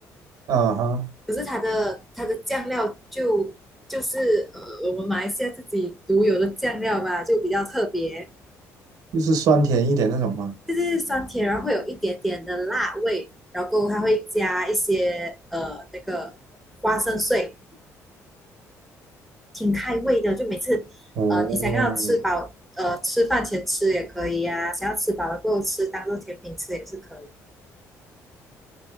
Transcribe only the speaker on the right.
啊哈，
就是酸甜一点那种吗？
哦，